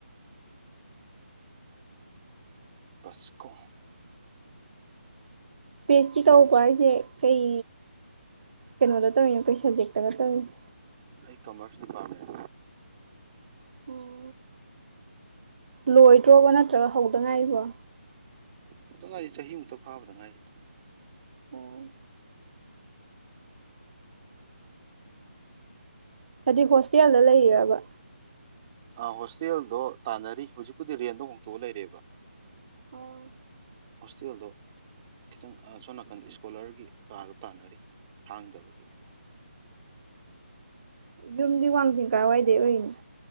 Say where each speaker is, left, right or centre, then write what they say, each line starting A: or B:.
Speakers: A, on the right; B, on the right.
A: ꯁꯀꯣꯝ
B: ꯄꯤꯁꯇꯤ ꯀꯧꯛꯄ
A: ꯁꯨꯝ
B: ꯍꯥꯏꯁꯦ ꯀꯩ ꯀꯩꯅꯣꯗ ꯇꯧꯔꯤꯅꯣ ꯀꯩ ꯁꯕꯖꯦꯛꯇꯒ ꯇꯧꯔꯤꯅꯣ
A: ꯑꯩ ꯀꯃꯔꯁ ꯗꯤꯄꯥꯔꯠꯃꯦꯟ
B: ꯑꯣ ꯂꯣꯏꯗ꯭ꯔꯣꯕ ꯅꯠꯇ꯭ꯔꯒ ꯍꯧꯗꯉꯥꯏꯕ
A: ꯑꯃꯨꯛꯇ ꯉꯥꯏꯔꯤ ꯆꯍꯤꯃꯨꯛꯇ ꯐꯥꯕꯗ ꯉꯥꯏꯔꯤꯗꯤ
B: ꯑꯣꯝ ꯍꯥꯏꯗꯤ ꯍꯣꯁꯇꯦꯜꯗ ꯂꯩꯌꯦꯔꯕ
A: ꯑ ꯍꯣꯁꯇꯦꯜꯗꯣ ꯇꯥꯟꯅꯔꯤ ꯍꯧꯖꯤꯛꯄꯨꯗꯤ ꯔꯦꯟꯗꯣ ꯍꯣꯡꯇꯣꯛꯑ ꯂꯩꯔꯦꯕ
B: ꯑꯣ
A: ꯍꯣꯁꯇꯦꯜꯗꯣ ꯈꯤꯇꯪꯁꯣꯝ ꯅꯥꯀꯟ ꯏꯁꯀꯣꯂꯔꯒꯤ ꯀꯥꯗꯣ ꯇꯥꯟꯅꯔꯤ ꯍꯥꯡꯗꯕꯒꯤ
B: ꯌꯨꯝꯗꯤ ꯋꯥꯡꯖꯤꯡ ꯀꯥꯏꯋꯥꯏꯗꯩ ꯑꯣꯏꯅꯤꯣ